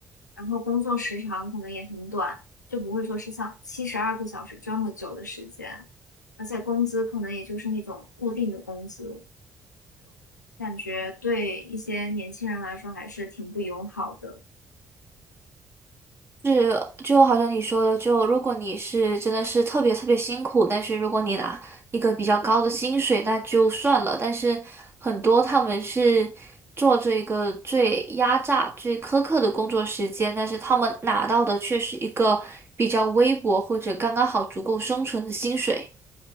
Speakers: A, on the left; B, on the right.
A: 然后工作时长可能也很短，就不会说是像七十二个小时这么久的时间，而且工资可能也就是那种固定的工资，感觉对一些年轻人来说还是挺不友好的。
B: 是，就好像你说的，就如果你是真的是特别特别辛苦，但是如果你拿一个比较高的薪水，那就算了。但是很多他们是做这个最压榨、最苛刻的工作时间，但是他们拿到的却是一个比较微薄或者刚刚好足够生存的薪水。